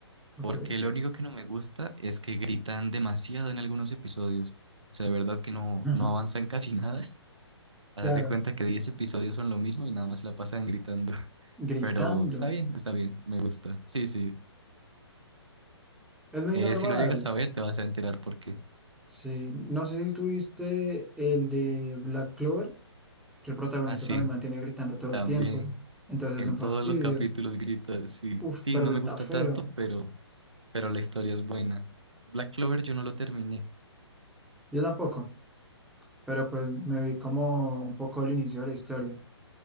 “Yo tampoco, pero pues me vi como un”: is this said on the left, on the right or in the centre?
Centre